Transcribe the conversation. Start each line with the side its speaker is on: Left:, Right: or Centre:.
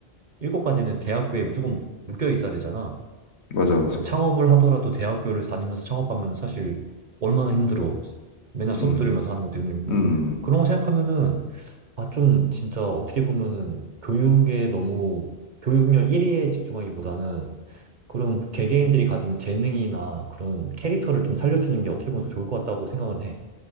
Right: 7까지는 대학교에 무조건 묶여 있어야 되잖아.
Left: 맞아 맞아.
Right: 뭐 창업을 하더라도 대학교를 다니면서 창업하면 사실 얼마나 힘들어. 맨날 수업
Left: 음
Right: 들으면서 하는 것도 힘들고.
Left: 음.
Right: 그런 거 생각하면은 아, 좀 진짜 어떻게 보면은 교육에 너무 교육열 1위에 집중하기보다는 그런 개개인들이 가진 재능이나 그런 캐릭터를 좀 살려주는 게 어떻게 보면 더 좋을 것 같다고 생각은 해.